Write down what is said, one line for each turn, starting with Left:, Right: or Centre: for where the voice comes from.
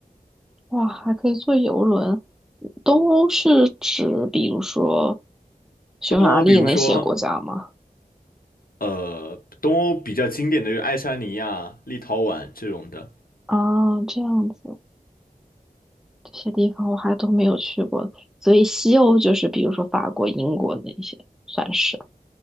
Centre: 哇，还可以坐游轮。东欧是指比如说匈牙利那些国家吗？
Left: 东欧比如说，呃，东欧比较经典的就是爱沙尼亚、立陶宛这种的。
Centre: 啊，这样子。这些地方我还都没有去过，所以西欧就是比如说法国、英国那些，算是